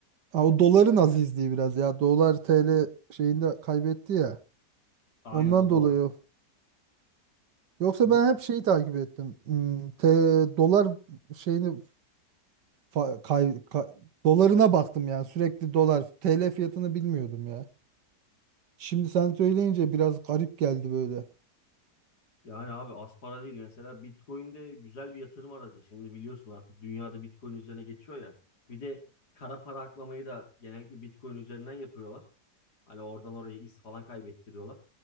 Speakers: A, on the right; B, on the left.
A: ha, o doların azizliği biraz ya. Dolar TL şeyinde kaybetti ya.
B: Aynen
A: Ondan
B: o da
A: dolayı.
B: var.
A: Yoksa
B: Şimdi
A: ben hep şeyi takip ettim. Hmm, T, dolar şeyini Fa- kay- ka- dolarına baktım yani sürekli dolar TL fiyatını bilmiyordum ya. Şimdi sen söyleyince biraz garip geldi böyle.
B: Yani abi az para değil mesela Bitcoin de güzel bir yatırım aracı. Şimdi biliyorsun artık dünyada Bitcoin üzerine geçiyor ya. Bir de kara para aklamayı da genellikle Bitcoin üzerinden yapıyorlar. Hani oradan oraya iz falan kaybettiriyorlar.